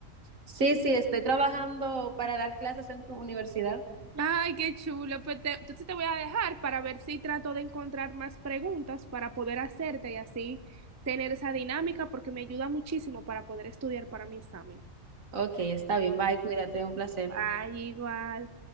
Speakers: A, on the right; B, on the right.
A: Sí, sí, estoy trabajando para dar clases en tu universidad.
B: Ay, qué chulo. Pues te- entonces te voy a dejar para ver si trato de encontrar más preguntas para poder hacerte y así tener esa dinámica porque me ayuda muchísimo para poder estudiar para mi examen.
A: Ok, está bien, bye, cuídate, un placer.
B: Ay, igual.